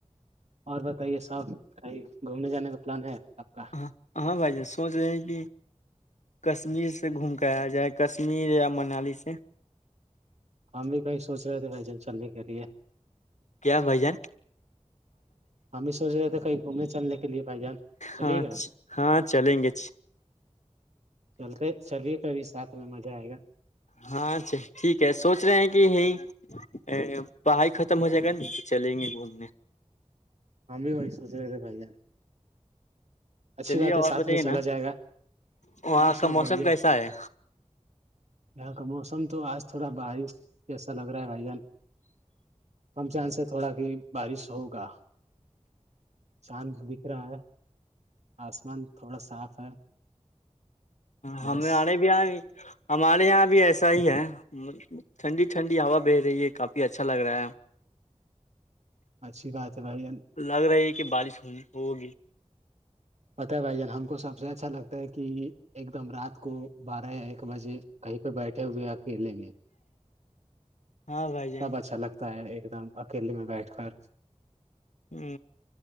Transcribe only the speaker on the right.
اور بتائیے صاحب کھائی گھومنے جانے کا پلان ہے آپ کا
ہم بھی کہیں سوچ رہے تھے بھائی جان چلنے کے لیے
ہم بھی سوچ رہے تھے کہیں گھومنے چلنے کے لیے بھائی جان چلیے
گا
چلتے چلیے کبھی سات پ مزہ آئے گا
ہم بھی وہی سوچ رہے تھے بھائی اچھی
بات
ہے ساتھ
میں
چلا جائے گا
اور
سب
بڑھیا
یہاں کا موسم تو آج تھوڑا بارش جسا لگ رہا ہے بھائی جان کم چانس سے تھوڑا کہ بارش ہوگا چاند بکھ رہا ہے آسمان تھوڑا صاف ہے
بس
اچھی بات ہے بھائی جان
پت ہے بھائی جان ہم کو سب سے اچھا لگتا ہے کہ ایک دم رات کو بارہ یا ایک بجے کہیں پہ بیٹھے ہوئے کیلے میں
سب اچھا لگتا تا ہے ایک دم اکیلے میں بیٹھ کر